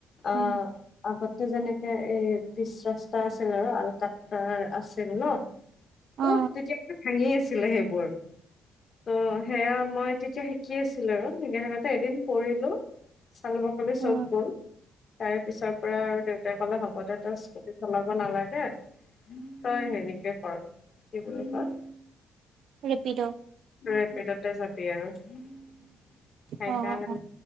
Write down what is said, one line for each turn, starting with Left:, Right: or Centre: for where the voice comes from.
Left: আহ
Right: উম
Left: আগতে যেনেকে এই পিচ ৰাস্তা আছিল আৰু আলকাত্ৰা আছিল ন
Right: অ
Left: ত' তেতিয়া ভাঙি আছিলে সেইবোৰ ত' সেয়া মই তেতিয়া শিকি আছিলো আৰু সেইকাৰণে এদিন পৰিলো চাল বাকলি
Right: অ
Left: চব গ'ল তাৰ পিছৰ পৰা আৰু দেউতাই ক'লে হ'ব দে তই স্কুটি চলাব নালাগে তই হেৰিকে কৰ কি বুলি কয়
Right: ৰেপিড' অ
Left: ৰেপিড'তে যাবি আৰু সেইকাৰণে
Right: অ